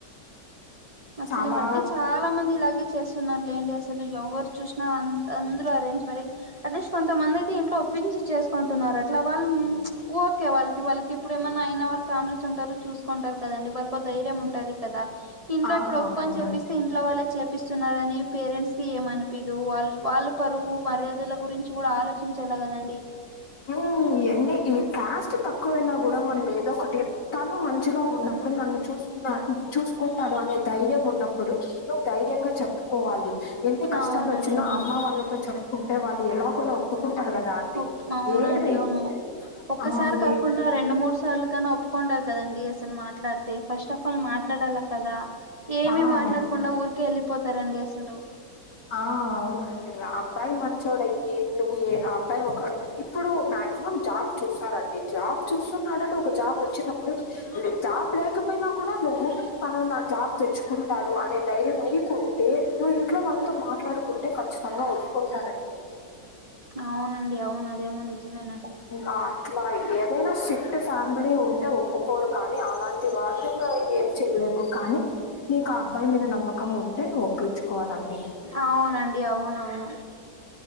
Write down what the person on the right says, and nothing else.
అసలు
ఈ మధ్య చా లా మంది ఇలాగే చేస్తున్నారు లేండి. అసలు ఎవ్వరు చూసినా అంద్ అందరూ అరేంజ్ మ్యారేజ్ అట్లీస్ట్ కొంతమంది అయితే ఇంట్లో ఒప్పించి చేసుకుంటున్నారు. అట్లా వాల్ ఉమ్ ప్చ్ ఓకే వాళ్ళకి వాళ్ళకి ఇప్పుడు ఏమన్నా అయినా వాళ్ళ ఫ్యామిలీస్ ఉంటారు చూసుకుంటారు కదండి, వాళ్ళకో ధైర్యం ఉంటది కదా. ఇంట్లో
ఇప్పుడు ఒప్పుకొన్
చెపిస్ తే ఇంట్లో వాళ్ళే చేపిస్తున్నారని పేరెంట్స్ కి ఏమనిపియదు వాళ్ వాళ్ళ పరువు మర్యాదల గురించి కూడా ఆలోచించాల కదండి
అవునండి అవును
ఒప్ అవునండి
అవును ఒక్కసారి
కాకుండ
రెండు మూడు స్ సార్లు కన్నా ఒప్పుకుంటారు కదండి అస్సలు మాట్లాడత్ తె ఫస్ట్ ఆఫ్ ఆల్ మాట్లాడాల కదా ఏమి
మాట్లాడకుండా ఊరికే ఎళ్ళిపోతారండి అసలు
అవునండి అవును అదేమో నిజమేనండి
అవునండి అవునవును